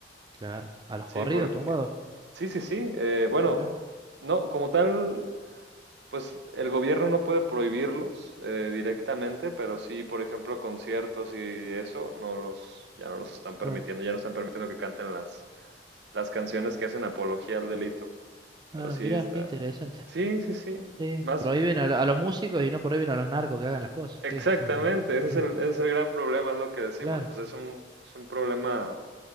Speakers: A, on the right; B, on the right.
A: Claro. A los
B: Sí,
A: corridos
B: porque...
A: tumbados.
B: Sí, sí, sí. eh, bueno,
A: Mirá,
B: no, como tal, pues el gobierno no puede prohibirlos eh, directamente, pero sí, por ejemplo, conciertos y eso, no los, ya no los están permitiendo,
A: claro.
B: ya no están permitiendo que canten las las canciones que hacen apología al delito.
A: Claro,
B: Pero sí
A: mirá,
B: está.
A: qué interesante.
B: Sí, sí, sí.
A: Sí,
B: Más
A: prohíben a, a los músicos y no prohíben a los narcos que hagan las cosas.
B: exactamente.
A: ¿qué?
B: Ese
A: <laughs>
B: es el, ese es el gran problema, es lo que decimos.
A: Claro,
B: Pues es un, es un problema,